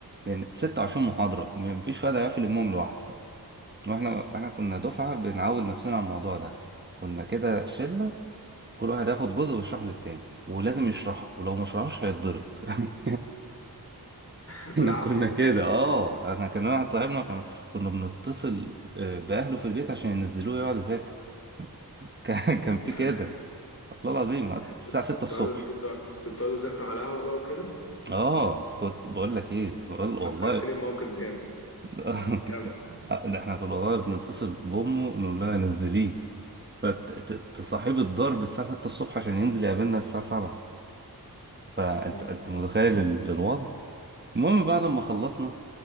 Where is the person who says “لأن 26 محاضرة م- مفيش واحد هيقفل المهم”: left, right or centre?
Right